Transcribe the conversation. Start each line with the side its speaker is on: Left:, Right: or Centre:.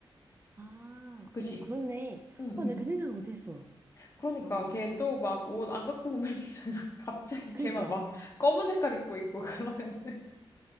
Right: 아,
Left: 그지?
Right: 오, 그렇네.
Left: 응,
Right: 어,
Left: 응.
Right: 나 그 생각 못했어.
Left: 그러니까
Right: 아,
Left: 걔 또 막 옷 안 갖고 오면 <laughs> 갑자기
Right: 그니까.
Left: 걔만 막 검은 색깔 입고 있고 그러면 <laughs>